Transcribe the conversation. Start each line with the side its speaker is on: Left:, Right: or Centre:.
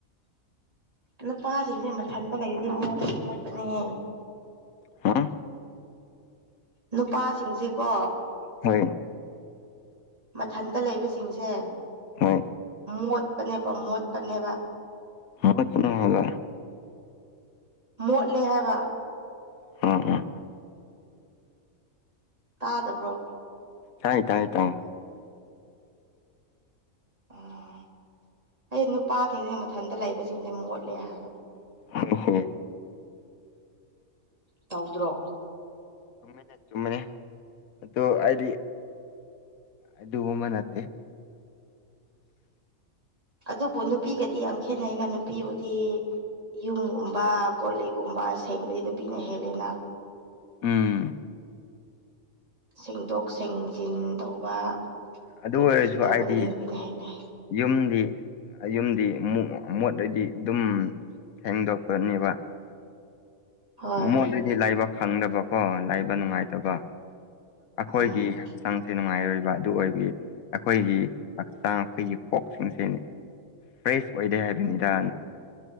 Right: ꯅꯨꯄꯥꯁꯤꯡꯁꯦ ꯃꯊꯟꯇ ꯂꯩꯔꯗꯤ ꯃꯣꯠꯁꯨ ꯃꯣꯠꯄꯅꯦꯍꯦ
Left: ꯍꯝ
Right: ꯅꯨꯄꯥꯁꯤꯡꯁꯤꯀꯣ
Left: ꯍꯣꯏ
Right: ꯃꯊꯟꯇ ꯂꯩꯕꯁꯤꯡꯁꯦ
Left: ꯍꯣꯏ
Right: ꯃꯣꯠꯄꯅꯦꯕ ꯃꯣꯠꯄꯅꯦꯕ
Left: <inaudible>
Right: ꯃꯣꯠꯂꯦ ꯍꯥꯏꯕ
Left: ꯎꯝ ꯎꯝ
Right: ꯇꯥꯗꯕ꯭ꯔꯣ
Left: ꯇꯥꯏ ꯇꯥꯏ ꯇꯥꯏ
Right: ꯎꯝ ꯑꯩ ꯅꯨꯄꯥꯁꯤꯡꯁꯦ ꯃꯊꯟꯇ ꯂꯩꯕꯁꯤꯡꯁꯦ ꯃꯣꯠꯂꯦ ꯍꯥꯏꯕ
Left: ꯍꯦ ꯍꯦ <inaudible>
Right: ꯇꯧꯗ꯭ꯔꯣ
Left: ꯆꯨꯝꯃꯤꯅꯦ ꯆꯨꯝꯃꯤꯅꯦ ꯑꯗꯨ ꯑꯩꯗꯤ ꯑꯗꯨꯒꯨꯝꯕ ꯅꯠꯇꯦ <inaudible>
Right: ꯑꯗꯨꯕꯨ ꯅꯨꯄꯤꯒꯗꯤ ꯌꯥꯝ ꯈꯦꯠꯅꯩꯩꯅ ꯅꯨꯄꯤꯕꯨꯗꯤ ꯌꯨꯝꯒꯨꯝꯕ ꯀꯣꯂꯤꯒꯨꯝꯕ ꯁꯦꯡꯕꯗꯤ ꯅꯨꯄꯤꯅ ꯍꯦꯜꯂꯦꯅ
Left: ꯎꯝ
Right: ꯁꯦꯡꯗꯣꯛ ꯁꯦꯡꯖꯤꯟ ꯇꯧꯕ
Left: ꯑꯗꯨ
Right: ꯀꯔꯤ
Left: ꯑꯣꯏꯔꯁꯨ
Right: ꯀꯔꯤ ꯇꯧꯕꯗꯤ
Left: ꯍꯥꯏꯗꯤ
Right: ꯅꯨꯄꯤꯅ ꯍꯦꯜꯂꯦ
Left: ꯌꯨꯝꯗꯤ ꯌꯨꯝꯗꯤ ꯃꯣꯠꯂꯗꯤ ꯑꯗꯨꯝ ꯍꯦꯡꯗꯣꯛꯄꯅꯦꯕ
Right: ꯍꯣꯏ
Left: ꯃꯣꯠ ꯑꯗꯨꯗꯤ ꯂꯥꯏꯕ ꯈꯪꯗꯕꯀꯣ ꯂꯥꯏꯕ ꯅꯨꯡꯉꯥꯏꯇꯕ ꯑꯩꯈꯣꯏꯒꯤ
Right: ꯑꯥ
Left: ꯍꯛꯆꯥꯡꯁꯦ ꯅꯨꯡꯉꯥꯏꯔꯣꯏꯕ ꯑꯗꯨ ꯑꯣꯏꯕ ꯑꯩꯈꯣꯏꯒꯤ ꯍꯛꯆꯥꯡ ꯑꯩꯈꯣꯏꯒꯤ ꯀꯣꯛꯁꯤꯡꯁꯤꯦꯅꯤ ꯐ꯭ꯔꯦꯁ ꯑꯣꯏꯗꯦ ꯍꯥꯏꯕꯅꯤꯗ